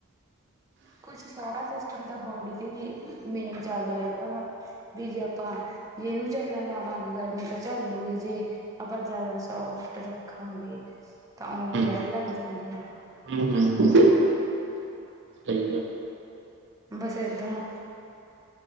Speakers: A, on the right (about 15°); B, on the right (about 55°).
A: ਕੁਛ ਸਾਰਾ ਸਿਸਟਮ ਤਾਂ ਬੋਡੀ ਤੇ ਵੀ, ਮੇਨ ਚੱਲਦਾ ਰਹਿੰਦਾ ਵਾ। ਵੀ ਜੇ ਆਪਾਂ ਜੇ ਇਹਨੂੰ ਚੱਲਣ ਲਾਵਾਂਗੇ, ਗਰਮੀ ਤਾਂ ਚੱਲੂਗੀ ਜੇ ਆਪਾਂ ਜ਼ਿਆਦਾ ਸੋਫਟ ਰੱਖਾਂਗੇ ਤਾਂ ਉਵੇੇ
B: ਹੂੰ
A: ਰਹਿਣ ਲੱਗ ਜਾਂਦੇ ਹਨ।
B: ਹੂੰ ਹੂੰ ਸਹੀ ਹੈ।
A: ਬਸ ਇਦਾ